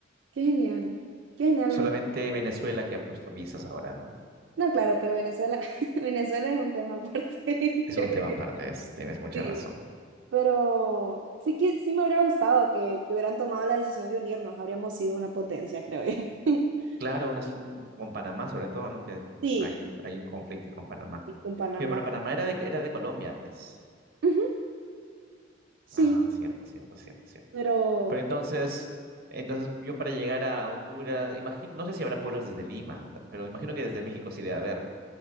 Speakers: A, on the right; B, on the right.
A: qué genial, qué genial.
B: Solamente
A: No,
B: Venezuela que ha puesto visas ahora, ¿no?
A: No, claro, pero Venezuela, <laughs> Venezuela es un tema aparte, <laughs>
B: Es
A: creo
B: un tema
A: yo.
B: aparte, es- tienes mucha
A: Sí.
B: razón.
A: Pero sí que sí me hubiera gustado que, que hubieran tomado la decisión de unirnos. Habríamos sido una potencia, creo yo. <laughs>
B: Claro, una, un- con Panamá sobre todo, ¿no? Que
A: Sí,
B: hay, hay un conflicto con Panamá.
A: y con Panamá.
B: Sí, Pero Panamá era de, era de Colombia antes.
A: Ujú, sí,
B: Ah, cierto, cierto, cierto, cierto.
A: pero
B: Pero entonces, entonces yo para llegar a Honduras, imagino, no sé si habrá pueblos desde Lima, pero imagino que desde México sí debe haber.